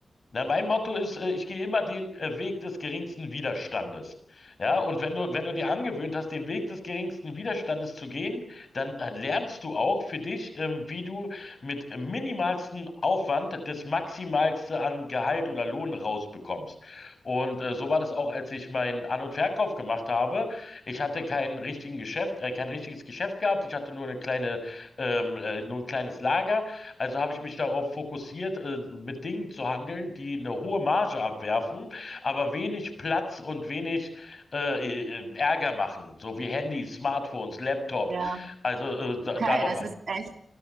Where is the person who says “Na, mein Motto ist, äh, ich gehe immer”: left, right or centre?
Left